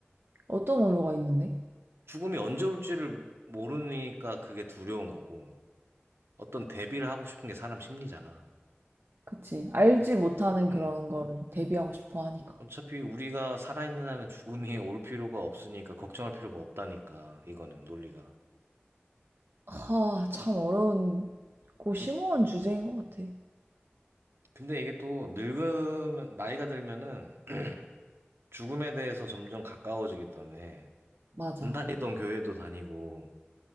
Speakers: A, on the right (about 65°); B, on the right (about 80°).
A: 어떤 오류가 있는데?
B: 죽음이 언제 올지를 모르니까 그게 두려운 거고, 어떤 대비를 하고 싶은 게 사람 심리잖아.
A: 그치, 알지
B: 그치.
A: 못하는
B: 음.
A: 그런 거를 대비하고 싶어 하니까.
B: 어차피 우리가 살아있는 한은 죽음이 <laughs> 올 필요가 없으니까 걱정할 필요가 없다니까 이거는 논리가.
A: 하, 참 어려운, 고 심오한 주제인 것 같아.
B: 근데 이게 또 늙으면 나이가 들면은 <clears throat> 죽음에 대해서 점점 가까워지기 때문에
A: 맞아.
B: 안 다니던 교회도 다니고